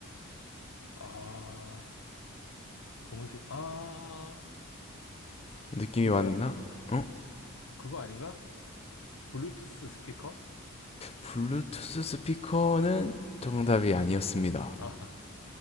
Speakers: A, on the left (about 85°); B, on the left (about 30°).
A: 아, 검은색, 아,
B: 느낌이
A: 그거,
B: 왔나? 어?
A: 그거 아닌가? 블루투스 스피커?
B: 블루투스 스피커는 정답이 아니었습니다.
A: 아,